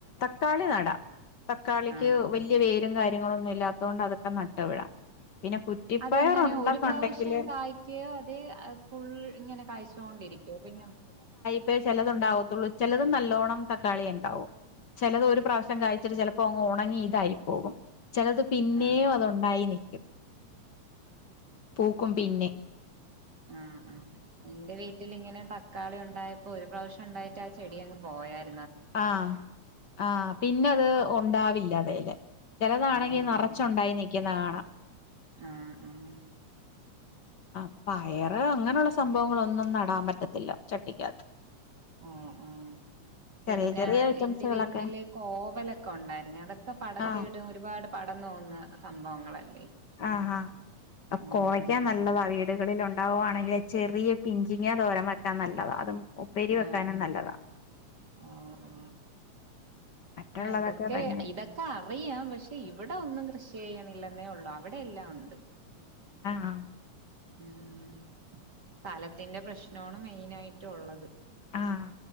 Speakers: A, on the left (about 60°); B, on the right (about 35°).
A: ക്കാളി നടാം തക്കാളിക്ക്
B: ആഹ്
A: വല്യ വേരും കാര്യ കാര്യങ്ങൾ ഒന്നുംല്ലാത്തോണ്ട് അതൊക്കെ നട്ട് വിടാം. പിന്നെ കുറ്റിപ്പയർ
B: അതെങ്ങനെ
A: ഉണ്ടെന്നുണ്ടെങ്കില്
B: ഒരു പ്രാവശ്യം കായ്ക്കയോ അതോ ഫുള്ള് ഇങ്ങനെ കായ്ച്ചോണ്ടിരിക്കോ പിന്നെ
A: പ്പെ ചെലത് ഉണ്ടാവത്തള്ളു ചെലത് നല്ലോണം ന്നം തക്കാളിയിണ്ടാവും. ചെലത് ഒരു പ്രാവശ്യം കായിച്ചിട്ട് ചെലപ്പോ അങ്ങ് ഒണ ങ്ങി യിതായിപ്പോവും. ചെലത് പിന്നെയും
B: ആഹ്
A: അത് ഉണ്ടായിനി പൂക്കും പിന്നെ
B: ആ ആ എന്റെ വീട്ടില്ങ്ങനെ ത ക്കാളി ഉണ്ടായപ്പോ ഒരു പ്രാവശ്യം ഉണ്ടായിട്ട് ആ ചെടി അങ്ങ് പോയായി
A: ആ ആ പിന്നെ അത് ഉണ്ടാവില്ല അതേ ചെലതാണങ്കി
B: ഓഹ്
A: നെറച്ച്
B: ഓഹ്
A: ഉണ്ടായി നിൽക്കുന്ന കാണാ
B: ആഹ് ആഹ്
A: ആ പയറ് അങ്ങനെള്ള സംഭവങ്ങൾ ഒന്നും നടാൻ പറ്റത്തില്ല ചട്ടിക്കകത്ത്.
B: ആ ആ പിന്നെ
A: ചെറിയ ചെറിയ ഐറ്റംസുകളൊക്കെ
B: എന്റെ വീട്ടില് കോവലക്കെ ഉണ്ടായിരുന്നേ അതൊക്കെ പടത്തിയിടും
A: ആഹ്
B: ഒരുപാട് പടന്നുപോവുന്ന സംഭവങ്ങളല്ലേ
A: ആ ആ
B: ഉം
A: കോവക്ക
B: ഉം
A: നല്ലതാ വീടുകളിൽ ഉണ്ടാവുണെങ്കിൽ ചെറിയ പിഞ്ച് ങ്ങാ തോരൻ വെക്കാൻ നല്ലതാ അതും ഉപ്പേരി വെക്കാനും
B: ആ
A: നല്ലതാ
B: ആ ഓ ഓ
A: മറ്റുള്ളതൊക്കെ
B: ആ ഇതൊക്കെ
A: ഭയങ്കര
B: ഇതൊക്കെ അറിയാം പക്ഷേ ഇവിടെ ഒന്നും കൃഷി ചെയ്യിണില്ലന്നേ ഉള്ളൂ അവിടെ എല്ലാ ഒണ്ട്.
A: ആ ആ
B: ഉം സ്ഥലത്തിന്റെ പ്രശ്നോണ് മെയിന് ആയിറ്റൊള്ളത്.
A: ആഹ്